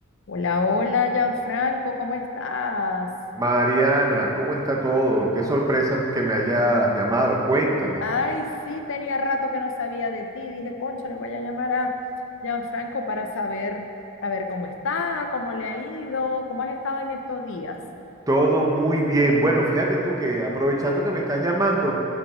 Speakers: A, on the left; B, on the right.
A: Hola, hola, Gianfranco, ¿cómo estás?
B: Mariana, ¿cómo está todo? Qué sorpresa que me hayas llamado. Cuéntame.
A: Ay, sí, tenía rato que no sabía de ti. Dije, concho, le voy a llamar a Gianfranco para saber, a ver cómo está, cómo le ha ido, cómo has estado en estos días.
B: Todo muy bien. Bueno, fíjate tú que aprovechando que me estás llamando,